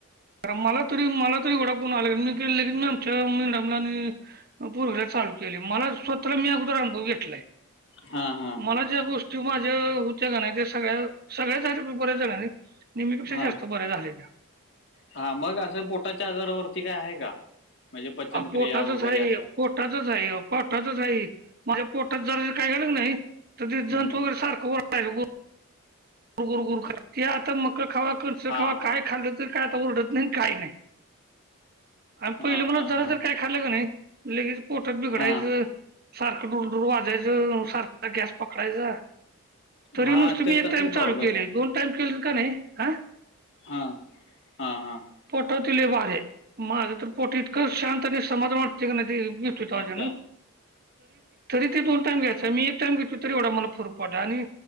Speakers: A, on the right (about 45°); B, on the left (about 55°).
A: कारण मला तरी मला तरी ओडाखून आले मी केेन मी आमच्या मीडमला आणि. <unintelligible> परग चालू केले मला स्वतःला मी अगोदर अनुभव घेतलाय
B: हा हा हा
A: मला. <unintelligible> ज्या गोष्टी माझ्या होत्या का नाही ते सगळ्या सगळ्याच आहेत बर्याच जणनी. <unintelligible> नेहमीपेक्षा
B: हा
A: जास्त बऱ्या झाले त्या. <unintelligible>
B: हा मग असं पोटाच्या आजारावरती काय आहे का. <unintelligible> पचनक्रिया
A: पोटातच
B: वगैरे
A: आहे
B: असं
A: <unintelligible> पोटातच आहेई पोटातच आहेई माझ्या पोटात जरा कायं घड नाहीं <unintelligible> तर ते
B: हम्म.
A: जंत वगैरे सारखं वाटतं आहे <unintelligible> गर गुर गुर आता मका खावा कणस
B: हा
A: खावा सकाळीं
B: हा
A: कायं खाल <unintelligible> काई ओरड नाही कांहीं नाही आणि
B: हा
A: पहिले म्हला
B: हा
A: झालं
B: हा
A: तर कां <unintelligible> झालकी नाही लगेच पोटात बिघडायचं
B: हा
A: सारखं डुर डुर वाजायचं सारखं <unintelligible> गॅस पकडांयचां तरी
B: हा
A: नुसतं मी
B: तर
A: एक
B: तसंच
A: टाईम
B: प्रॉब्लेम
A: चालूं केली आहे <unintelligible> दोन टाईम केली की नाहीं कां <unintelligible>
B: हां हां हां <unintelligible>
A: पोटवतील वारे माझं तरं पोट इतकं शांत आणि समाधान वाटतें <unintelligible> तु त्यांचं
B: अच्छा
A: होयंण तरी ते दोन टाईम घ्यायचं मी <unintelligible> एक टाईम घेतली तरी एवढ मला फरक पडला आणि